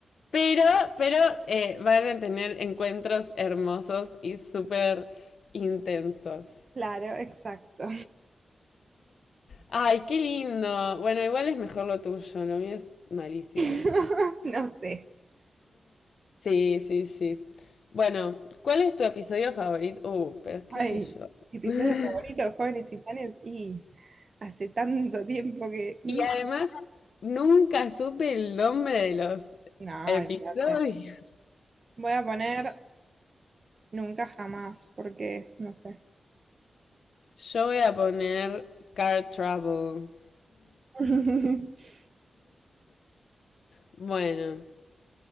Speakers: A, on the left; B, on the right.
A: pero, pero eh, van a tener encuentros hermosos y súper intensos.
B: Claro, exacto.
A: Ay, qué lindo. Bueno, igual es mejor lo tuyo, lo mío es malísimo.
B: <laughs> No sé.
A: Sí, sí, sí. Bueno, ¿cuál es tu episodio favorito? Uh, pero
B: Ay,
A: qué sé yo.
B: episodio
A: <laughs>
B: favorito de Jóvenes Titanes y hace tanto tiempo que... mm,
A: Y además, Nunca supe el nombre de los
B: No,
A: episodios.
B: olvídate. Voy a poner nunca jamás porque no sé.
A: Yo voy a poner Car Trouble.
B: <laughs>
A: Bueno,